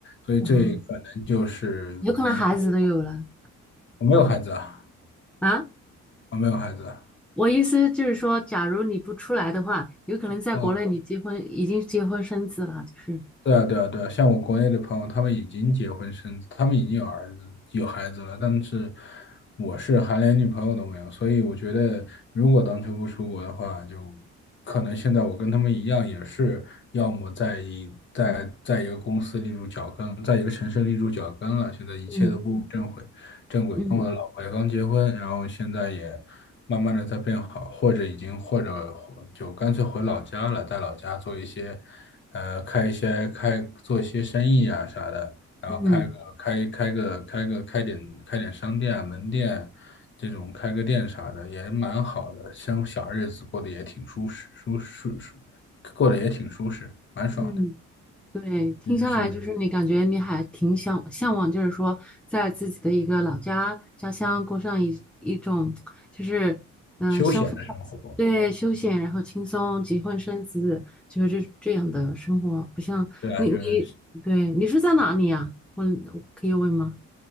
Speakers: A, on the left; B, in the centre.
A: 所以这可能就是遗憾。
B: 啊，有可能孩子都有了
A: 我没有孩子啊，
B: 啊。
A: 我没有孩子啊。
B: 我意思就是说，假如你不出来的话，有可能在国内你结婚已经结婚生子了，
A: 哦
B: 就是，
A: 对啊，对啊，对啊，像我国内的朋友，他们已经结婚生子，他们已经有儿子、有孩子了，但是我是还连女朋友都没有，所以我觉得，如果当初不出国的话，就可能现在我跟他们一样，也是要么在一在在一个公司立住脚跟，在一个城市立住脚跟了，现在一切都步入正轨，
B: 嗯
A: 正轨。
B: 嗯
A: 跟我的老婆也刚结婚，然后现在也慢慢的在变好，或者已经或者就干脆回老家了，在老家做一些。呃，开一些开做一些生意啊啥的，然后开个开开个开个开点开点商店啊门店，
B: 嗯。
A: 这种开个店啥的也蛮好的，像小日子过得也挺舒适，舒舒舒，过得也挺舒适，蛮爽的，
B: 嗯，对，听下来就是你感觉你还挺想向往，
A: 这就是
B: 就是说在自己的一个老家家乡过上一一种就是嗯、
A: 休闲的生活。
B: 呃相夫教子，对，休闲，然后轻松，结婚生子，就是这这样的生活，不像你你对你是在哪里呀、
A: 对啊，就是
B: 我我可以问吗？